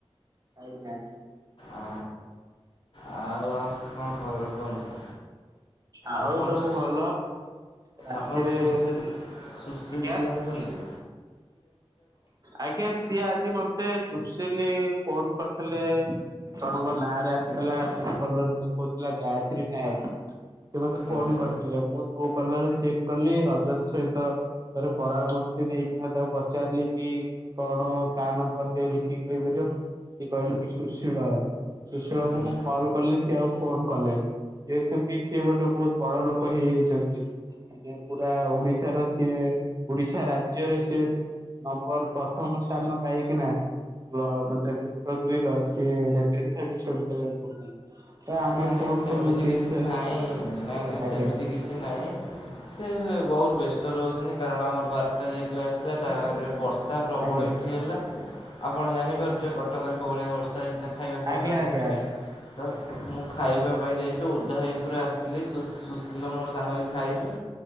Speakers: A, on the right (about 35°); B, on the left (about 55°).
A: ଆଜ୍ଞା।
B: ଆ ଆଉ କଣ ଖବର କୁହନ୍ତୁ।
A: ଆଉ
B: ଆପଣ
A: ସବୁ
B: ସୁ
A: ଭଲ। ରାତିରେ
B: ଆପଣ ସୁଶୀଲ ସୁଶୀଲ
A: ଆଜ୍ଞା
B: କି ଜାଣିଚନ୍ତି?
A: ଆଜ୍ଞା ସିଏ ଆଜି ମତେ ସୁ ସୁଶୀଲ ଫୋନ କରିଥିଲେ ଜଣଙ୍କ ନାଁରେ ଆସିଥିଲା ଫଲନ ଦେଖଉଥିଲା ଗାୟତ୍ରୀ ନାୟକ। ସେ ମତେ ଫୋନ
B: ଆଚ୍ଛା
A: କରିଥିଲେ ମୁଁ ଟ୍ରୁ କଲର ରେ ଚେକ୍ କଲି ରଜତ ସହିତ <inaudible> ନା ତାକୁ ପଚାରିଲି କି କଣ କା ନମ୍ବର ଟେ ଲେଖିକି କହିପାରିବ। ସିଏ କହିଲେ କି ସୁଶୀଳ ର ସୁଶୀଳ
B: ହୁଁ।
A: କୁ ମୁଁ କଲ କଲି ସିଏ ଆଉ ଫୋନ କଲେନି। ଯେହେତୁ କିି ସିଏ ଗୋଟେ ବହୁତ ବଡ ଲୋକ ହେଇଯାଇଚନ୍ତି। ଆଜ୍ଞା ପୁରା ଓଡିଶାର ସିଏ ଓଡିଶା ରା ରାଜ୍ୟ ରେ ସେ ନମ୍ବର ପ୍ରଥମ ସ୍ଥାନ ପାଇକିନା ହ ସେ ଯୁକ୍ତ ଦୁଇ ର ସିଏ ରେଭେନ୍ସା ବିଶ୍ଵବିଦ୍ୟାଳୟ ରେ ପଢୁଛନ୍ତି। ତ ଆମେ
B: ନାଇଁ ନାଇଁ
A: ଫୋନ
B: ସେମିତି
A: କଲୁ ସେଇ
B: କିଛି ନାଇଁ ନାଇଁ ନାଇଁ
A: ଆଜ୍ଞା
B: ସେମିତି କିଛି ନାଇଁ। ସେ ବହୁତ ବ୍ୟସ୍ତ ରହୁଛନ୍ତି କାରଣ ଆମର ବାରଟା ଯାଏ କ୍ଲାସ ଥିଲା ତା ବର୍ଷା। ତାହା ପ୍ରବଳ
A: ଆଜ୍ଞା
B: ଏଇଠି ହେଲା ଆପଣ ଜାଣିପାରୁଥିବେ କଟକରେ କଉଭଳିଆ ବର୍ଷା ହେଇଥିଲା। ଖାଇବା ସମୟରେ।
A: ଆଜ୍ଞା ଆଜ୍ଞା ଆଜ୍ଞା
B: ତ
A: ଆଜ୍ଞା।
B: ମୁଁ ଖାଇବା ପାଇଁ ଯାଇଥିଲି ଓଦା ହେ ଏପୁର ଆସିଲି ସୁଶୀଲ ର ମୋର ସାଙ୍ଗ ହେଇକି ଖାଇଲୁ।